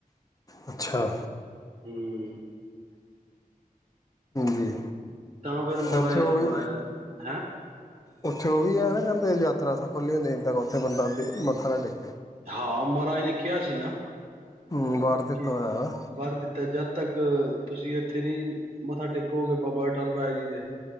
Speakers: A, on the left (about 25°); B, on the right (about 45°).
A: ਅੱਛਾ,
B: ਹੂੰ
A: ਜੀ।
B: ਤਾਂ ਫਿਰ ਮਹਾਰਾਜ
A: ਤੇ ਉੱਥੇ
B: ਨੇ
A: ਉਹ
B: ਬਣਵਾਇਆ
A: ਵੀ
B: ਹੈ।
A: ਉੱਥੇ ਉਹ ਵੀ ਹੈ ਨਾ ਕਹਿੰਦੇ ਯਾਤਰਾ ਸਫਲ ਨੀ ਹੁੰਦੀ ਜਦੋਂ ਤੱਕ ਉੱਥੇ ਬੰਦਾ ਮੱਥਾ ਨਾ ਟੇਕੇ।
B: ਹਾਂ, ਮਹਾਰਾਜ ਨੇ ਕਿਹਾ ਸੀ ਨਾ।
A: ਹੂੰ ਬਾਹਰ ਦਿੱਤਾ
B: ਕਿ
A: ਹੋਇਆ
B: ਵਰ ਦਿੱਤਾ ਜਦ ਤੱਕ ਤੁਸੀਂ ਇੱਥੇ ਨੀ ਮੱਥਾ ਟੇਕੋਗੇ ਬਾਬਾ ਅਟੱਲ ਰਾਏ ਜੀ ਦੇ